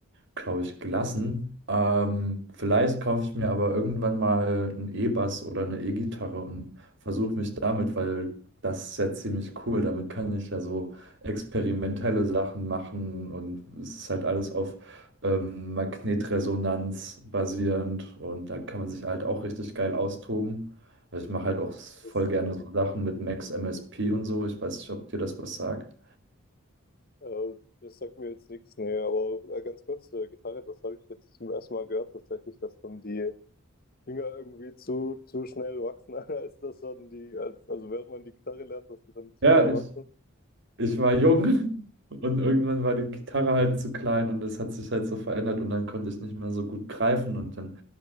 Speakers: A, on the right (about 55°); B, on the left (about 45°).
A: glaube ich, gelassen. Ähm, vielleicht kaufe ich mir aber irgendwann mal einen E-Bass oder eine E-Gitarre und versuche mich damit, weil das ist ja ziemlich cool. Damit kann ich ja so experimentelle Sachen machen und es ist halt alles auf ähm, Magnetresonanz basierend und da kann man sich halt auch richtig geil austoben. Also Ich mache halt auch voll
B: Das,
A: gerne so Sachen mit Max MSP und so. Ich weiß nicht, ob dir das was sagt.
B: äh, das sagt mir jetzt nichts, nee, aber äh, ganz kurz, äh, Gitarre, das habe ich jetzt zum ersten Mal gehört, tatsächlich, dass dann die Finger irgendwie zu, zu schnell wachsen, <laughs> als dass dann die, als, also während man die Gitarre lernt, dass die dann zu
A: Ja,
B: schnell
A: ich,
B: wachsen.
A: ich war jung und irgendwann war die Gitarre halt zu klein und es hat sich halt so verändert und dann konnte ich nicht mehr so gut greifen und dann